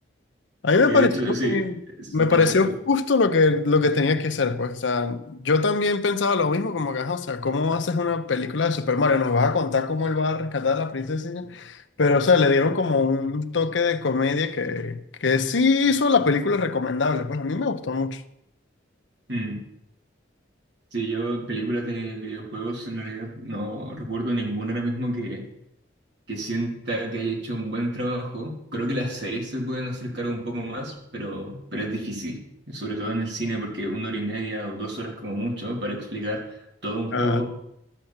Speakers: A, on the left (about 75°); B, on the right (about 65°).
A: A mí me
B: que
A: pareció,
B: de hecho sí,
A: que-
B: eso
A: me pareció
B: no me gustó.
A: justo lo que, lo que tenía que ser, pues. O sea, yo también pensaba lo mismo, como que, ajá, o sea, ¿cómo haces una película de Super Mario? Nos vas a contar cómo él va a rescatar a la princesa. y ya? Pero, o sea, le dieron como un toque de comedia que, que sí hizo la película recomendable. Pues a mí me gustó mucho.
B: Mm. Sí, yo películas de videojuegos en realidad no recuerdo ninguna ahora mismo que, que sienta que haya hecho un buen trabajo. Creo que las series se pueden acercar un poco más, pero, pero es difícil. Sobre todo en el cine, porque una hora y media o dos horas como mucho para explicar todo un
A: Ah,
B: juego